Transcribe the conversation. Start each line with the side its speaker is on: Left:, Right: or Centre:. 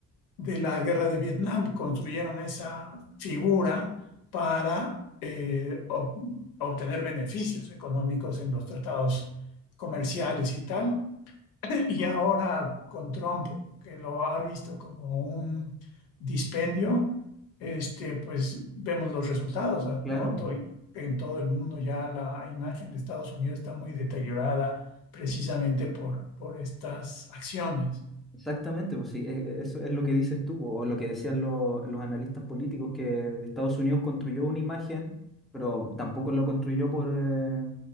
Left: de la guerra de Vietnam construyeron esa figura para eh, ob- obtener beneficios económicos en los tratados comerciales y tal. <laughs> Y ahora con Trump, que lo ha visto como un dispendio, este, pues vemos los resultados, ah,
Centre: claro.
Left: ¿no? To- En todo el mundo ya la imagen de Estados Unidos está muy deteriorada precisamente por, por estas acciones.
Centre: Exactamente, pues sí, e- e- eso es lo que dices tú, o lo que decían lo- los analistas políticos, que Estados Unidos construyó una imagen, pero tampoco lo construyó por, eh,